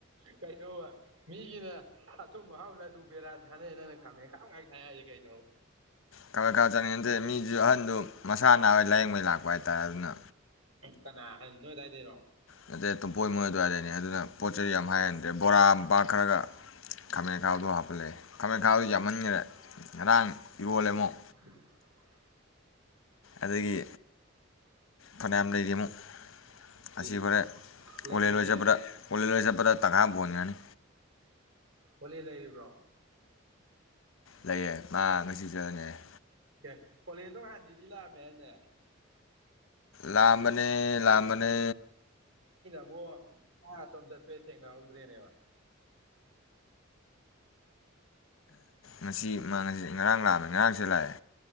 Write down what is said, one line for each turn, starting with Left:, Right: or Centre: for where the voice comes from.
Right: ꯀꯩꯅꯣꯕ ꯃꯤꯒꯤꯅ ꯑꯊꯨꯝ ꯑꯍꯥꯎ ꯂꯗꯨ ꯕꯦꯔꯥ ꯊꯥꯅꯩ ꯅꯪꯅ ꯈꯥꯃꯦꯟ ꯑꯈꯕꯥ ꯉꯥꯛ ꯊꯥꯏ ꯍꯥꯏꯁꯦ ꯀꯩꯅꯣ
Left: ꯈꯔ ꯈꯔ ꯆꯠꯅꯤꯡꯉꯠꯇꯦ ꯃꯤꯁꯨ ꯑꯍꯟꯗꯨ ꯃꯁꯥ ꯅꯥ ꯂꯥꯏꯌꯦꯡꯕꯩ ꯂꯥꯛꯄ ꯍꯥꯏꯇꯥꯔꯦ ꯑꯗꯨꯅ
Right: ꯀꯅꯥ ꯍꯥꯏ ꯅꯣꯏꯑꯗꯥꯏꯗꯩꯔꯣ
Left: ꯅꯠꯇꯦ ꯇꯨꯝꯄꯣꯛ ꯃꯣꯏ ꯑꯗꯨꯋꯥꯏꯗꯅꯦ ꯑꯗꯨꯅ ꯄꯣꯠ ꯆꯩꯩ ꯌꯥꯝ ꯍꯥꯏꯍꯟꯗ꯭ꯔꯦ ꯕꯣꯔꯥ ꯃꯄꯥꯛ ꯈꯔꯒ ꯈꯥꯃꯦꯟꯈꯥꯗꯣ ꯍꯥꯞꯄꯜꯂꯛꯑꯦ ꯈꯥꯃꯦꯟ ꯑꯈꯥꯥꯎꯗꯨ ꯌꯥꯝꯍꯟꯈ꯭ꯔꯦ ꯉꯔꯥꯡ ꯏꯔꯣꯜꯂꯦ ꯑꯃꯨꯛ
Right: ꯎꯝ
Left: ꯑꯗꯒꯤ ꯐꯅꯌꯥꯝ ꯂꯩꯔꯤ ꯑꯃꯨꯛ ꯑꯁꯤ
Right: ꯏꯁ
Left: ꯍꯔꯦꯟ
Right: ꯂꯩꯇ꯭ꯔꯗꯤ
Left: ꯑꯣꯂꯦꯟ ꯍꯣꯏ ꯆꯠꯄꯗ ꯑꯣꯂꯦꯟ ꯍꯣꯏ ꯆꯠꯄꯗ ꯇꯪꯈꯥꯏ ꯑꯃꯥ ꯄꯨꯍꯟꯒꯔꯥꯅꯤ
Right: ꯑꯣꯂꯦꯟ ꯂꯩꯔꯤꯕ꯭ꯔꯣ
Left: ꯂꯩꯌꯦ ꯃꯥ ꯉꯁꯤ ꯆꯠꯂꯅꯤ ꯍꯥꯏꯌꯦ꯫
Right: ꯑꯦ ꯀꯣꯂꯦꯟꯗꯣ ꯍꯥꯟꯗꯤꯜꯂꯤ ꯂꯥꯛꯑꯝꯃꯦ ꯍꯥꯏꯅꯦ
Left: ꯂꯥꯛꯑꯝꯕꯅꯦ ꯂꯥꯛꯑꯝꯕꯅꯦ
Right: ꯑꯣ ꯃꯅꯥ ꯑꯁꯣꯝ ꯆꯠꯄꯩ ꯊꯦꯛꯅꯍꯧꯗ꯭ꯔꯦꯅꯦꯕ
Left: ꯃꯁꯤ <inaudible> ꯉꯔꯥꯡ ꯂꯥꯛꯑꯝꯃꯤꯅꯤ ꯉꯔꯥꯡ <unintelligible> ꯂꯛ ꯑꯦ